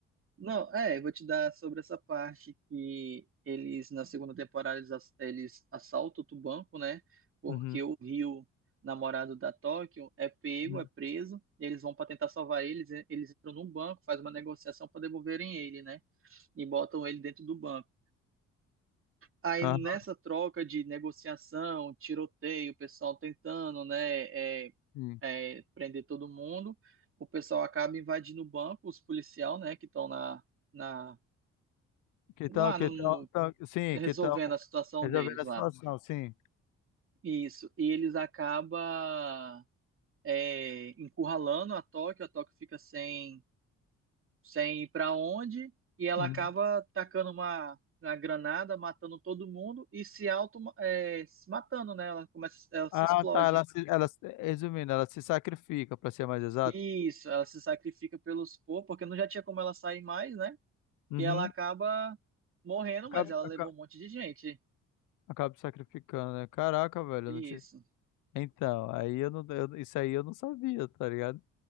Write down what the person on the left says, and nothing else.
Uhum.
Uhum.
Aham,
sim.
Que
tal, que
tal,
tal- sim,
que tal
resolver
a
situação, sim.
Uhum.
Ah,
tá. Ela, se, ela, se- resumindo, ela se sacrifica, pra ser mais exato.
Uhum.
Acaba,
acaba,
acaba se sacrificando, né? Caraca, velho,
eu não tinha. Então, aí eu não, eu- isso aí eu não sabia, tá ligado?